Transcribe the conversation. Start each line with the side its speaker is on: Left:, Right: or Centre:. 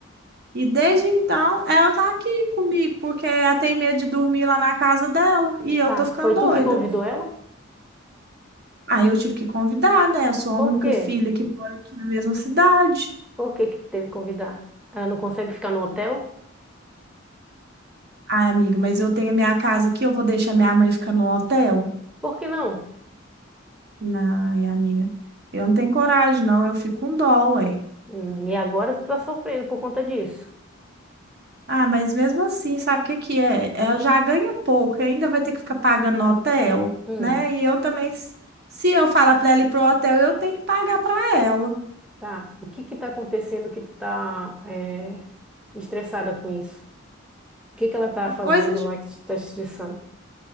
Right: E desde então, ela tá aqui comigo, porque ela tem medo de dormir lá na casa dela e eu
Centre: Tá,
Right: tô ficando
Centre: foi tu
Right: doida.
Centre: que convidou ela?
Right: Aí eu tive que convidar, né? Eu sou a
Centre: Por
Right: única
Centre: quê?
Right: filha que mora aqui na mesma cidade.
Centre: Por que que teve que convidar? Ela não consegue ficar no hotel?
Right: Ai, amiga, mas eu tenho a minha casa aqui, eu vou deixar minha mãe ficar no hotel?
Centre: Por que não?
Right: Ai, amiga, eu não tenho coragem, não, eu fico com dó, ué.
Centre: Hum, e agora tu tá sofrendo por conta disso.
Right: Ah, mas mesmo assim, sabe o que que é? Ela já ganha pouco, ainda vai ter que ficar pagando no hotel,
Centre: Hum,
Right: né? E eu também, se eu falar pra ela ir pro hotel, eu tenho que pagar pra ela.
Centre: tá. O que que tá acontecendo que tu tá é, estressada com isso? O que que ela tá
Right: A
Centre: fazendo
Right: coisa
Centre: lá que te tá estressando?